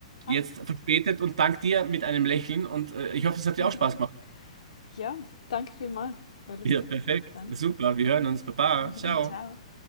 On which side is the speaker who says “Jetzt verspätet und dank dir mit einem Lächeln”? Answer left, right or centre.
Right